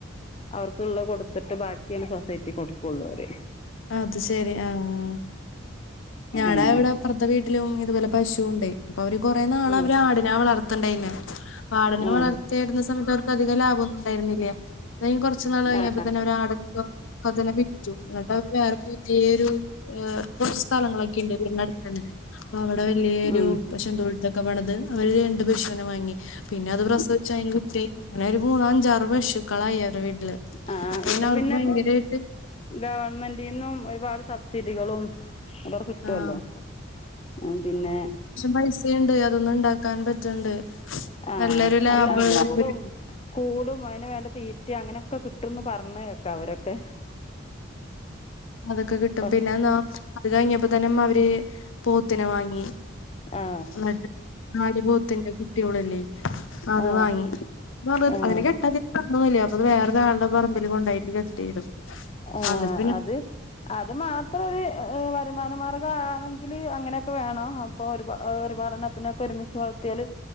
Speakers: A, on the left (about 30°); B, on the left (about 70°).
A: അവർക്കുള്ള കൊട് തിട്ട് ബാക്കിയാണ് സൊസൈറ്റി കൊടുക്കുള്ളവര്
B: അത് ശെരി ആഹ് ഞാടെ
A: ഉം
B: ഇവിടെ അപ്പുറത്ത വീട്ടിലും ഇതുപോലെ പശു ഉണ്ടേ അപ്പൊ അവര് കൊറേ നാൾ
A: ഉം
B: അവര് ആടിനെ വളർത്തണ്ടെയ്ന് ആടിനെ
A: ഉം
B: വളർ ചേരുന്ന സമയത്ത് അവർക്ക് അധിക ലാഭമൊന്നും ഉണ്ടാരുന്നില്ല്യാ അത് കഴിഞ്ഞ് കുറ ച്ചു നാള് കഴിഞ്ഞപ്പോ
A: ആ
B: തന്നെ അവരാടിനൊക്കെ ഒക്കത്തിനെ വിറ്റു അവര് വേറെ പുതിയൊരു ഏ കുറച്ച് സ്ഥലങ്ങളൊക്കെ ഇണ്ട് വീടിന് അടുത്തന്നെ അവിടെ വല്ല്യോരു
A: ഉം
B: പശുന്തൊഴുത്തൊക്കെ പണിത് അവര് രണ്ട് പശുവിനെ വാങ്ങി പിന്നെ അത് പ്രസവിച്ച് അയിന് കുട്ട്യാ യി അങ്ങനെ ഒരു മൂന്ന് അഞ്ചാറ് പശുക്കളായി അവരു വീട്ടില്
A: ആഹ്
B: അപ്പൊ
A: ഇപ്പോൾ
B: അവർക്ക്
A: പിന്നെ
B: ഭയങ്കരായിട്ട്
A: ഗവൺമെന്റിന്നും ഒരുപാട് സബ്സിഡികളും അതടെ കിട്ടുല്ലോ
B: ആഹ്
A: ഉം പിന്നെ
B: പൈസുണ്ട് അതൊന്നും ഉണ്ടാക്കാൻ പറ്റണ്ട്
A: ആ
B: നല്ലൊരു ലാഭള്ള
A: അല്ല കൂടും
B: ഒരു പരി
A: കൂടും അതിന് വേണ്ട തീറ്റ അങ്ങനെയൊക്കെ കിട്ടുംന്ന് പറഞ്ഞ് കേക്കാം അവരൊക്കെ
B: അതൊക്കെ കിട്ടും
A: പശു
B: പിന്നെന്നാ അത് കഴിഞ്ഞപ്പോ തന്നെ ഉം അവര് പോത്തിനെ വാങ്ങി
A: ആ
B: എന്നിട്ട് നാല് പോത്തിന്റെ കുട്ട്യോളില്ലേ അത്
A: ആ
B: വാങ്ങി പറ
A: ആ
B: അതിന് കെട്ടത് <unintelligible> അപ്പൊത് വേറൊരാളുടെ പറമ്പിൽ കൊണ്ടായിട്ട് കെട്ടിയിടും
A: ആഹ്
B: എന്നിട്ട് പിന്നെ
A: അത് അത് മാത്രം ഒരുഏ വ വരുമാനമാർഗ ആണെങ്കിൽ അങ്ങനെയൊക്കെ വേണം അപ്പൊ ഒരു ഒരുപാ ഒരുപാടെണ്ണത്തിനൊക്കെ ഒരുമിച്ച് വളർത്തിയാല്